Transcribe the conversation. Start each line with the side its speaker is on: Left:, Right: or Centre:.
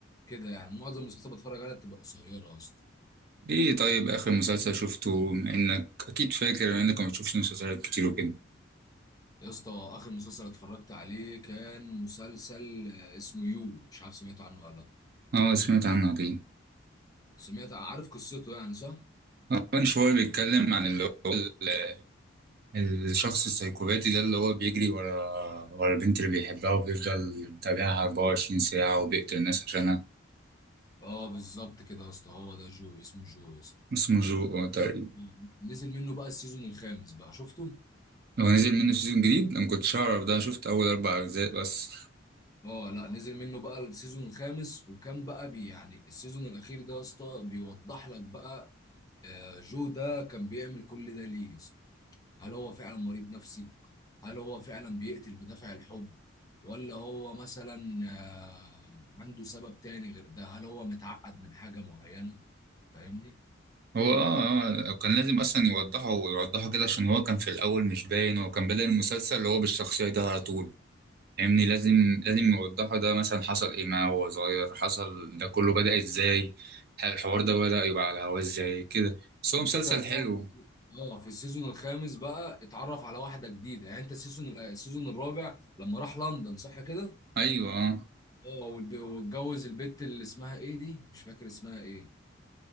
Left: كده يعني معظم المسلسلات بتفرج عليها بتبقى قصيره يا اسطى
Right: ايه طيب اخر مسلسل شفته بما انك اكيد فاكر بما انك ما بتشوفش مسلسلات كتير وكده
Left: يا اسطى اخر مسلسل اتفرجت عليه كان مسلسل آه، اسمه يو مش عارف سمعت عنه ولا لا
Right: اه سمعت عنه عظيم
Left: سمعت عارف قصته يعني صح؟
Right: آه، كان شويه بيتكلم عن اللي هو ال- الشخص السايكوباتي ده اللي هو بيجري ورا ورا البنت اللي بيحبها وبيفضل يتابعها 24 ساعه وبيقتل الناس عشانها
Left: اه بالظبط كده يا اسطى هو ده جو اسمه جو يا اسطى
Right: اسمه جو آه، تقريبا
Left: مم. نزل منه بقى السيزون الخامس بقى شفته
Right: هو نزل منه سيزون جديد انا ما كنتش اعرف ده أنا شفت اول اربع اجزاء بس
Left: اه لا نزل منه بقى السيزون الخامس وكان بقى بي يعني السيزون الاخير ده يا اسطى بيوضح لك بقى آه، جو ده كان بيعمل كل ده ليه يا اسطى هل هو فعلا مريض نفسي هل هو فعلا بيقتل بدافع الحب ولا هو مثلا آه، عنده سبب تاني غير ده هل هو متعقد من حاجة معينة فاهمني
Right: هو اه آه، كان لازم اصلا يوضحه ويوضحه كده عشان هو كان في الاول مش باين هو كان بدأ المسلسل اللي هو بالشخصيه ده على طول فاهمني لازم لازم يوضحه ده مثلا حصل ايه معاه وهو صغير حصل ده كله بدأ ازاي الحوار ده بدأ يبقى على هواه ازاي كده بس هو
Left: الفكرة
Right: مسلسل
Left: ان
Right: حلو
Left: هو في السي- اه في السيزون الخامس بقى اتعرف على واحدة جديدة يعني انت السيزون السيزون الرابع لما راح لندن صح كده؟
Right: ايوه آه،
Left: اه والب- واتجوز البت اللي اسمها ايه دي؟ مش فاكر اسمها ايه؟